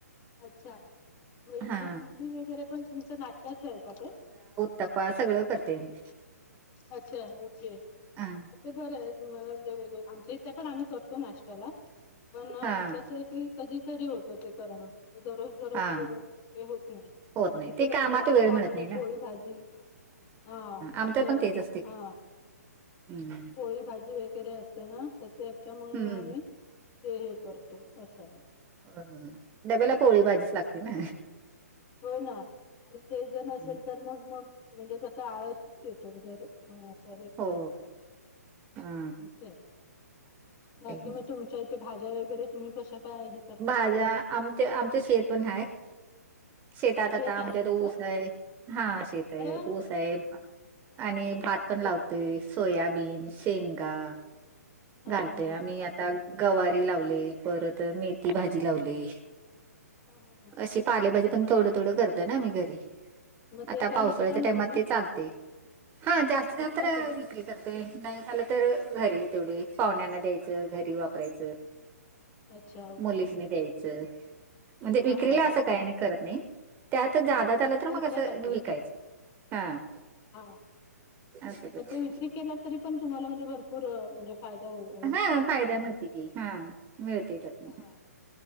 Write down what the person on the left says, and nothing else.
अच्छा! मग इडली,
इडली वगैरे पण तुमच नाश्त्याचं ए का ते?
अच्छा! ओके, मग
ते बरंय. म्हणून ते वेगळे, आमच्या इथे पण आम्ही करतो नाश्त्याला, पण
कसं ए की कधी तरी होतं ते करणं, दररोज दररोज
ते होत नाय.
इथे
कसं
जास्त
भाकरी,
पोळी, भाजी, हा
असं
हा,
पोळी, भाजी वगैरे असतं ना त्याच्यामुळे
मग आम्ही ते हे करतो, असं
आहे.
हो ना, आणि ते जर
नसेल तर मग? मग? म्हणजे कसं आळस येतो, जर असं हे खाल्लं
तर.
असं ए, बाकी
मग तुमच्या इथे भाज्या वगैरे तुम्ही कश्या, काय घेत
शेत
आहे
तुमचं
अरे वा
मग
हा
हा हा
अच्छा
हा हा हा
मग
ते काय
विकता मग
तुम्ही
विकता
तुम्ही
अच्छा ओके
हा
हा हा
हा हा
घरच्यासाठी
हा
पण ते विक्री केला तरी पण तुम्हाला म्हणजे भरपूर म्हणजे फायदा होऊ
हा